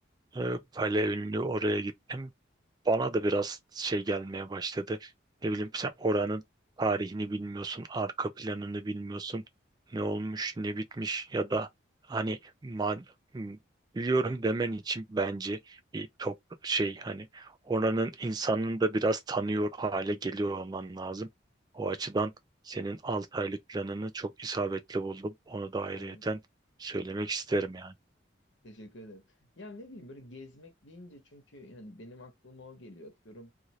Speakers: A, on the right (about 20°); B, on the left (about 70°).
A: e, kale ünlü oraya gittim bana da biraz şey gelmeye başladı. Ne bileyim sen oranın tarihini bilmiyorsun, arka planını bilmiyorsun. Ne olmuş, ne bitmiş ya da hani ma- m- biliyorum demen için bence bir top şey hani oranın insanını da biraz tanıyor hale geliyor olman lazım. O açıdan senin 6 aylık planını çok isabetli buldum. Onu da ayrıyeten
B: Aynen.
A: söylemek isterim yani.
B: Teşekkür ederim. Ya ne bileyim böyle gezmek deyince çünkü yani benim aklıma o geliyor. Atıyorum